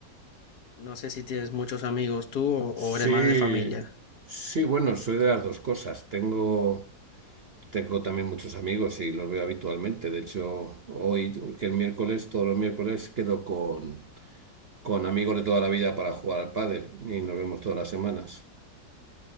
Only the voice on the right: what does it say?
Sí,
sí, bueno, soy de las dos cosas. Tengo, tengo también muchos amigos y los veo habitualmente. De hecho, hoy, que es miércoles, todos los miércoles, quedo con, con amigos de toda la vida para jugar al pádel y nos vemos todas las semanas.